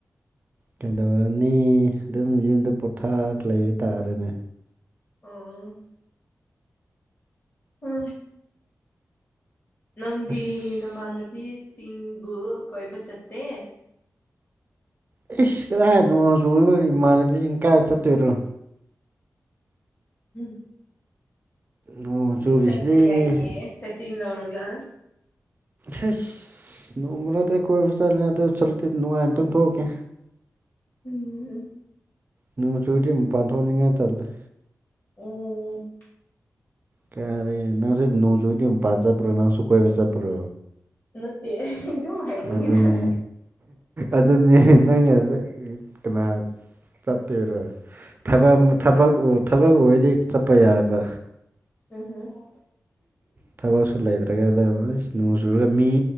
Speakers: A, on the right; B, on the left.
A: ꯀꯩꯗꯧꯔꯅꯤ ꯑꯗꯨꯝ ꯌꯨꯝꯗ ꯄꯣꯊꯥ ꯂꯩꯇꯥꯥꯔꯅꯦ
B: ꯎꯝ ꯑ ꯅꯪꯗꯤ
A: ꯑꯁ
B: ꯅꯃꯥꯟꯅꯕꯤꯁ ꯆꯤꯡꯕꯨ ꯀꯣꯏꯕ ꯆꯠꯇꯦ
A: ꯑꯩ ꯀꯗꯥꯏ ꯅꯣꯡ ꯆꯨꯕꯗꯨꯗ ꯏꯃꯥꯟꯅꯕꯤꯁꯤꯡ ꯀꯥꯏꯗ ꯆꯠꯇꯣꯏꯔꯣ꯫
B: ꯎꯝ
A: ꯅꯣꯡ
B: ꯑꯗꯨꯝ
A: ꯆꯨꯔꯤꯁꯤꯗꯤ
B: ꯆꯠꯄ ꯌꯥꯏꯅꯦ ꯁꯦꯠꯇꯤꯡ ꯂꯧꯔꯒ
A: ꯍꯁ ꯅꯣꯡꯃꯅꯗꯤ ꯀꯣꯏꯕ ꯆꯠꯂꯦ ꯑꯗꯨ ꯁꯔꯨꯛꯇꯤ ꯅꯨꯡꯉꯥꯏꯅ ꯇꯨꯝꯊꯣꯛꯀꯦ
B: ꯎꯝ
A: ꯅꯣꯡ ꯆꯨꯔꯗꯤ ꯃꯄꯥꯟꯊꯣꯛꯅꯤꯡꯉꯥꯏ ꯇꯜꯂ‌ꯦ
B: ꯎꯝ
A: ꯀꯌꯥꯔꯦ ꯅꯪꯁꯨ ꯅꯣꯡꯖꯨꯗꯤ ꯃꯄꯥꯟ ꯆꯠꯄ꯭ꯔꯣ ꯅꯪꯁꯨ ꯀꯣꯏꯕ ꯆꯠꯄ꯭ꯔꯣ꯫
B: ꯅꯠꯇꯦ ꯍꯥꯏꯕꯅꯤꯗ
A: ꯑꯗꯨꯅꯤ ꯑꯗꯨꯅꯤ ꯅꯪ ꯀꯅꯥ꯫ ꯆꯠꯇꫭꯏꯔꯥ ꯊꯕꯛꯃ ꯊꯕꯛ ꯊꯕꯛ ꯑꯣꯏꯗꯤ ꯆꯠꯄ ꯌꯥꯏꯕ
B: ꯎꯝ ꯎꯝ <unintelligible>
A: ꯊꯕꯛꯁꯨ ꯂꯩꯇ꯭ꯔꯒ ꯑꯗꯨ ꯅꯣꯡ ꯆꯨꯔꯒ ꯃꯤ